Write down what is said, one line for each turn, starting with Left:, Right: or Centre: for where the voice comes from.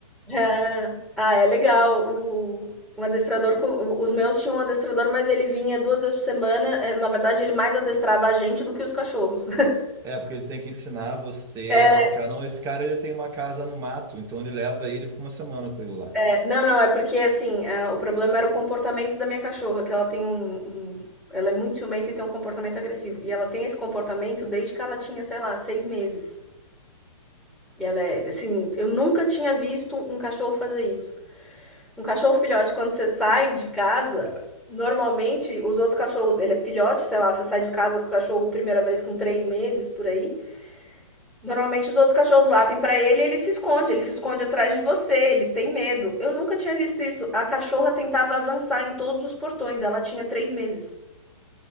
Centre: É. Ah, é legal. O o adestrador co os meus tinham um adestrador, mas ele vinha 2 vezes por semana, eh, na verdade ele mais adestrava a gente do que os cachorros.
Right: É, porque ele tem que ensinar você
Centre: <laughs>
Right: a ficar. Não, esse cara ele tem uma casa no mato, então ele leva ele e fica uma semana com ele lá.
Centre: É, não, não, é porque assim, ah, o problema era o comportamento da minha cachorra, que ela tem um, um- Ela é muito ciumenta e tem um comportamento agressivo. E ela tem esse comportamento desde que ela tinha, sei lá, seis meses. E ela é, assim, eu nunca tinha visto um cachorro fazer isso. Um cachorro filhote, quando você sai de casa, normalmente os outros cachorros, ele é filhote, sei lá, você sai de casa com o cachorro primeira vez com três meses por aí. Normalmente os outros cachorros latem pra ele, e ele se esconde, ele se esconde atrás de você, eles têm medo. Eu nunca tinha visto isso. A cachorra tentava avançar em todos os portões, ela tinha três meses.